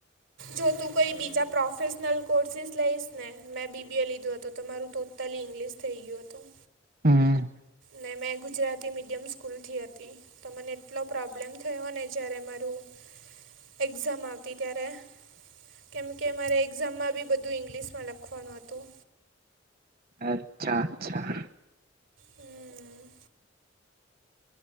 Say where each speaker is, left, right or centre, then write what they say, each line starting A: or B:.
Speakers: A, on the right; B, on the right.
A: જો તું કોઈ બીજા પ્રોફેશનલ કોર્સિસ. ઈ ને મેં બીબી એ લીધું હતું તો મારું ટોટલી ઇંગ્લિશ થઈ ગયું હતું.
B: હમ.
A: ને મેં ગુજરાતી મીડિયમ સ્કૂલથી હતી. તો મને એટલો પ્રોબ્લેમ થયો ને જયારે મારું. એક્ઝામ આવતી ત્યારે. કેમકે મામારે એક્ઝામમાં બી બધું ઇંગ્લિશમાં લખવાનું હતું.
B: અચ્છા અચ્છા.
A: હમ.